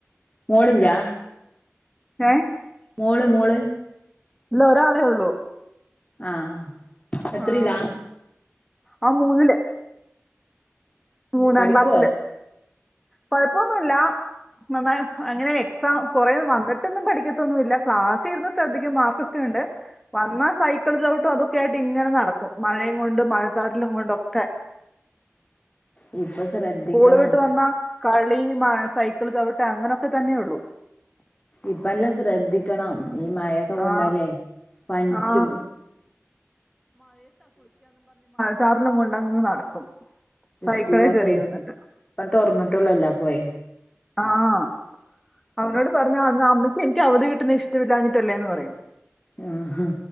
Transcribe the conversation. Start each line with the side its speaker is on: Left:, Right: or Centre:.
Left: മോളില്ലാ
Centre: ഹഏ
Left: മോള് മോള്
Centre: ഒരാളെ ഉള്ളൂ
Left: ആഹ എത്രയില്ലാ
Centre: ആ ആ മൂന്നില് മൂന്നാം
Left: പഠിക്കുവോ
Centre: ക്ലാസ്സില് കൊഴപ്പൊന്നുല്ല നമ്മ അങ്ങനെ എക്സാം കൊറെ വന്നിട്ടൊന്നും പഠിക്കത്തൊന്നുമല്ല ക്ലാസിഇരുന്നു ശ്രദ്ധിക്കും മാർക്ക് ഒക്കെുണ്ട് വന്നാൽ സൈക്കിൾ അതൊക്കെ ആയിട്ട് ഇങ്ങനെ നടക്കും മഴയും കൊണ്ട് മഴച്ചാറ്റലും കൊണ്ടൊക്കെ
Left: ഉ ഇപ്പൊ ശ്രദ്ധിക്കണം
Centre: സ്കൂൾ വിട്ട് വന്നാ കളി സൈക്കിൾ ചവിട്ട അങ്ങനൊക്കെ തന്നെയള്ളൂ
Left: ഇപ്പ എല്ലാം ശ്രദ്ധിക്കണം ഈ മഴയൊക്കെ കൊണ്ടാലേ
Centre: ആ
Left: പനിച്ച്
Centre: ആ ച്ചാറലും കൊണ്ടങ്ങ് നടക്കും സൈക്കിളെ
Left: സ്കൂളൊക്കെ
Centre: കയറിയിരുന്നിട്ട്
Left: ഇപ്പം തുറന്നിട്ടുള്ളൊല്ലാ പോയെ
Centre: ആഹ് അവനോട് പറഞ്ഞ അന്ന് അമ്മയ്ക്ക് എനിക്ക് അവധി കിട്ടുന്ന ഇഷ്ടമില്ലാഞ്ഞിട്ടല്ലേന്ന് പറയും
Left: ഉം ഉം